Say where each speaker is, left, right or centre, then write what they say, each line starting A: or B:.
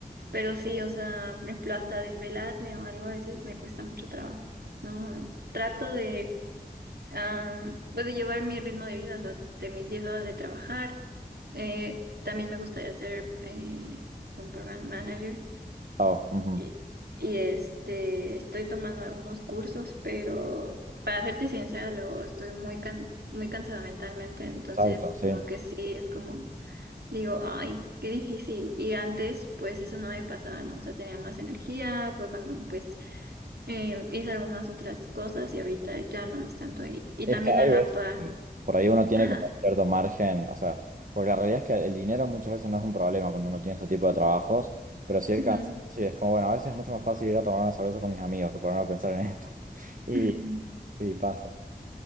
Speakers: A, on the right (about 75°); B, on the right (about 55°).
A: pero sí, o sea, por ejemplo, hasta desvelarme o algo a veces me cuesta mucho trabajo, ¿no? Trato de, ah, pues, de llevar mi ritmo de vida, o sea, de mis 10 horas de trabajar. Eh, también me gustaría ser eh, un program manager,
B: Ah, ujú.
A: y, y, este, estoy tomando algunos cursos, pero para serte sincera, luego estoy muy can- muy cansada mentalmente, entonces
B: Exacto, sí.
A: lo que sí es como, digo, ay, qué difícil. Y antes, pues eso no me pasaba, ¿no? O sea, tenía más energía, fue cuando pues eh, hice algunas otras cosas y ahorita ya no es tanto. Y, y
B: Es
A: también
B: que hay
A: a la
B: veces
A: par.
B: que por ahí uno tiene
A: Ajá.
B: como cierto margen, o sea, porque la realidad es que el dinero muchas veces no es un problema cuando uno tiene ese tipo de trabajos, pero sí el
A: Ujú.
B: cansancio es como, bueno, a veces es mucho más fácil ir a tomar una cerveza con mis amigos que ponerme a pensar en esto. <laughs> Y,
A: <laughs>
B: y pasa.